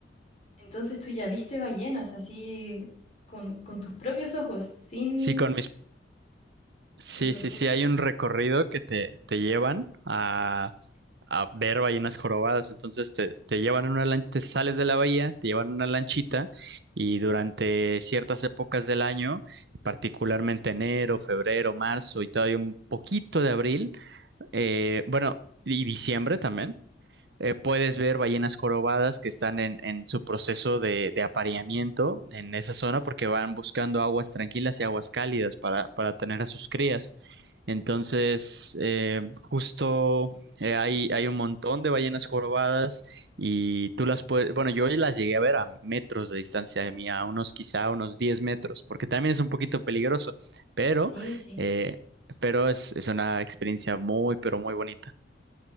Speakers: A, on the left (about 35°); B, on the right (about 60°).
A: Entonces tú ya viste ballenas así con, con tus propios ojos, sin...
B: Sí, con mis Sí,
A: No lo
B: sí,
A: puedo
B: sí,
A: creer.
B: hay un recorrido que te, te llevan a, a ver ballenas jorobadas. Entonces te, te llevan en una lancha, te sales de la bahía, te llevan en una lanchita y durante ciertas épocas del año, particularmente enero, febrero, marzo y todavía un poquito de abril, eh, bueno, y diciembre también, eh, puedes ver ballenas jorobadas que están en, en su proceso de, de, apareamiento en esa zona porque van buscando aguas tranquilas y aguas cálidas para, para tener a sus crías. Entonces, eh, justo eh, hay, hay, un montón de ballenas jorobadas y tú las puedes, bueno, yo las llegué a ver a metros de distancia de mí, a unos quizá unos 10 metros, porque también es un poquito peligroso, pero,
A: Sí, sí.
B: eh, pero es, es una experiencia muy, pero muy bonita.